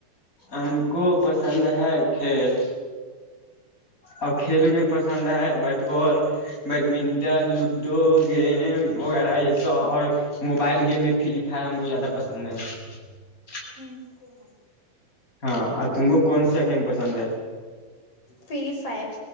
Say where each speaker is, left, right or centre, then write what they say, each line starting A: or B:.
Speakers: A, on the left; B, on the left.
A: ہم کو پسند ہے کھیل اور کھیل میں پسند ہے bat ball badminton ludo game وغیرہ یہ سب اور موبائل گیم فری فائر ہم کو زیادہ پسند ہے <unintelligible>
B: ہوں کون
A: ہاں تم کو کون سا گیم پسند ہے
B: فری فائر